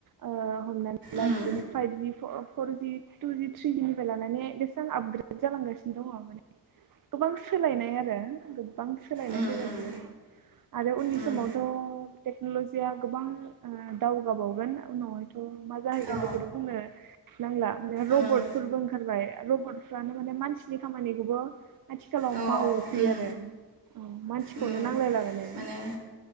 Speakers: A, on the right; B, on the right.
A: ओ हमनानै ला
B: उम
A: बिदिनो फाइभजि फरजि टुजि थ्रिनिफ्राय लानानै बेसेां आपग्रेद जालांगासिनो दङ माने गोबां सोलायनाय आरो गोबां सोलायनाय
B: उम
A: फैगासिनो
B: उम
A: दं आरो उननि
B: उम
A: समावथ' टेक्न'लजिया गोबां दावगाबावगोन उनावहायथ' मा जाहैगोन
B: औ
A: बेखौनो बुङनो नांला माने रबटफोरबो
B: उम
A: ओंखारबाय रबटफ्रानो माने मानसिनि खामानिखौबो आथिखालाव
B: औ
A: मावोसै
B: उम
A: आरो औ मानसिखौनो
B: उम
A: नांलायलाबानो
B: माने